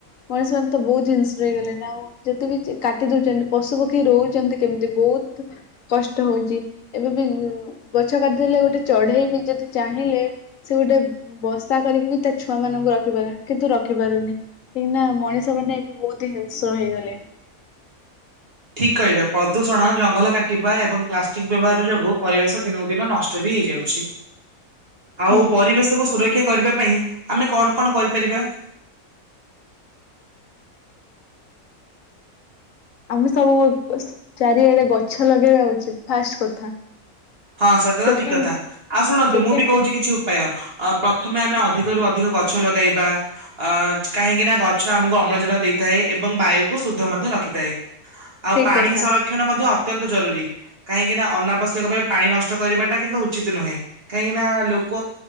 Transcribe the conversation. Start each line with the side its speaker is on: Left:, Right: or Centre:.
Left: ମଣିଷ ମାନେ ତ ବହୁତ ହିଂସ୍ର ହେଇଗଲେଣି ଆଉ ଯଦି ବି କାଟି ଦଉଛନ୍ତି ପଶୁ ପକ୍ଷୀ ରହୁଛନ୍ତି କେମିତି ବହୁତ କଷ୍ଟ ହଉଛି ଏବେ ବି ଗଛ କାଟିଦେଲେ ଗୋଟେ ଚଢେଇ ବି ଯଦି ଚାହିଁଲେ ସେ ଗୋଟେ ବସା କରିକି ବି ତା ଛୁଆ ମାନଙ୍କୁ ରଖିପାରେ କିନ୍ତୁ ରଖିପାରୁନି କାହିଁକି ନା ମଣିଷ ମାନେ ଏବେ ବହୁତ ହିଂସ୍ର ହେଇଗଲେଣି।
Right: ଠିକ୍ କହିଲା ପ୍ରଦୂଷଣ ଜଙ୍ଗଲ କାଟିବା ଏବଂ ପ୍ଲାଷ୍ଟିକ ବ୍ୟବହାର ଯୋଗୁ ପରିବେଶ ଦିନକୁ ଦିନ ନଷ୍ଟ ବି ହେଇଯାଉଛି। ଆଉ
Left: ହୁଁ।
Right: ପରିବେଶ କୁ ସୁରକ୍ଷା କ୍ଷା କରିବା ପାଇଁ ଆମେ କଣ କଣ କରିପାରିବା?
Left: ଆମେ ସବୁ ଚାରିଆଡେ ଗଛ ଲଗେଇବା ଉଚିତ ଫାଷ୍ଟ କଥା।
Right: ହଁ ସେଟା
Left: ସେକେଣ୍ଡ
Right: ତ ଠିକ କଥା ଆଉ ଶୁଣନ୍ତୁ
Left: ସେକେଣ୍ଡ
Right: ମୁଁ ବି କହୁଛି କିଛି ଉପାୟ ପ୍ରଥମେ ଆମେ ଅଧିକ ରୁ ଅଧିକ ଗଛ ଲଗେଇବା ଆ କାହିଁକି ନା ଗଛ ଆମକୁ ଅମ୍ଳଜା ଜାନ ଦେଇଥାଏ ଏବଂ ବାୟୁକୁ ଶୁଦ୍ଧ ମଧ୍ୟ ରଖିଥାଏ। ଆଉ
Left: ଠିକ
Right: ପାଣି
Left: କଥା
Right: ସଂରକ୍ଷଣ ମଧ୍ୟ ଅ ଅତ୍ୟନ୍ତ ଜରୁରୀ କାହିଁକି ନା ଅନାବଶ୍ୟକ ପା ପାଣି ନଷ୍ଟ କରିବା ଟା କିନ୍ତୁ ଉଚିତ ନୁହେଁ କାହିଁକି ନା ଲୋକ